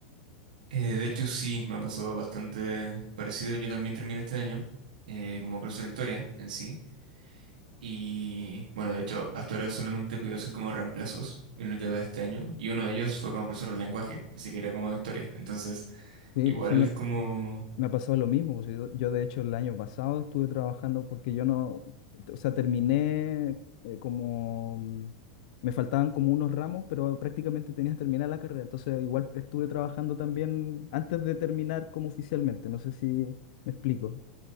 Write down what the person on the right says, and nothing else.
Eh, de hecho, sí, me ha pasado bastante parecido. Yo también terminé este año eh, como profesor de historia en sí. Y bueno, de hecho, hasta ahora solamente he podido hacer como reemplazos en lo que va de este año. Y uno de ellos fue como profesor de lenguaje, ni siquiera como de historia. Entonces,
igual
es como...